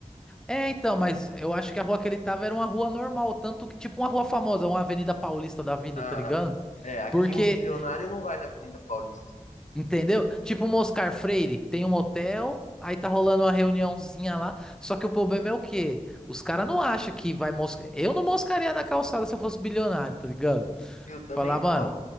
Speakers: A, in the centre; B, on the left.
A: É, então, mas eu acho que a rua que ele tava era uma rua normal, tanto que, tipo uma rua famosa, uma Avenida Paulista da vida,
B: Ah,
A: tá ligado?
B: é, aqui
A: Porque,
B: um bilionário não vai na Avenida Paulista.
A: entendeu? Tipo um Oscar Freire, tem um hotel, aí tá rolando uma reuniãozinha lá. Só que o problema é o quê? Os caras não acham que vai moscar. Eu não moscaria na calçada se eu fosse bilionário, tá ligado?
B: Eu também
A: Falar, mano,
B: não.